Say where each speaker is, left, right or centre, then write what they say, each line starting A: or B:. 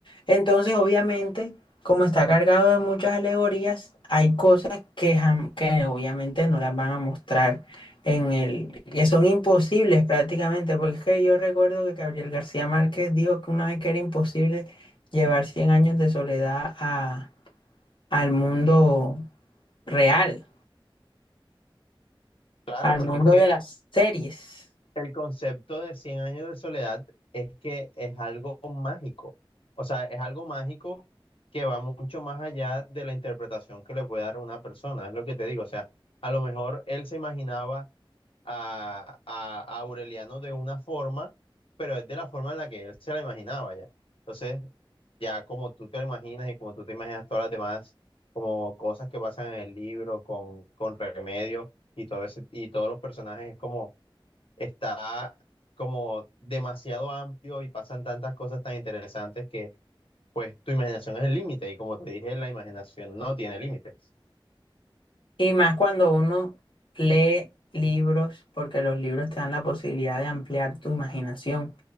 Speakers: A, on the left; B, on the left.
A: Entonces, obviamente, como está cargado de muchas alegorías, hay cosas que, jam- que obviamente no las van a mostrar en el, que son imposibles prácticamente, porque es que yo recuerdo que Gabriel García Márquez dijo que una vez que era imposible llevar cien años de soledad a, al mundo real,
B: Claro,
A: al
B: porque
A: mundo
B: es que
A: de las series.
B: El concepto de cien años de soledad es que es algo mágico, o sea, es algo mágico que va mucho más allá de la interpretación que le puede dar una persona, es lo que te digo, o sea, a lo mejor él se imaginaba a, a- a Aureliano de una forma, pero es de la forma en la que él se la imaginaba ya. Entonces, ya como tú te lo imaginas y como tú te imaginas todas las demás, como cosas que pasan en el libro con, con Remedio y todo ese, y todos los personajes, es como está como demasiado amplio y pasan tantas cosas tan interesantes que pues tu imaginación es el límite y como te dije, la imaginación no tiene límites.
A: Y más cuando uno lee libros, porque los libros te dan la posibilidad de ampliar tu imaginación.